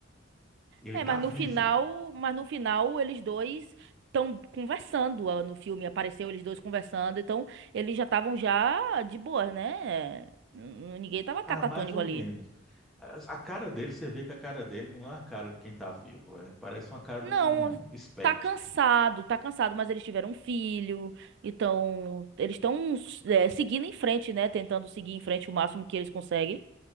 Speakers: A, in the centre; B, on the right (about 55°).
A: Ele
B: É,
A: está
B: mas
A: vivo.
B: no final, mas no final eles dois estão conversando ah, no filme, apareceu eles dois conversando, então eles já estavam já de boa, né? N- Ninguém tava
A: Ah,
B: catatônico
A: mais ou
B: ali.
A: menos. As- A cara dele, você vê que a cara dele não é a cara de quem está vivo. é- parece uma cara
B: Não,
A: de um espectro.
B: tá cansado, tá cansado, mas eles tiveram um filho, então eles estão é, seguindo em frente, né? Tentando seguir em frente o máximo que eles conseguem.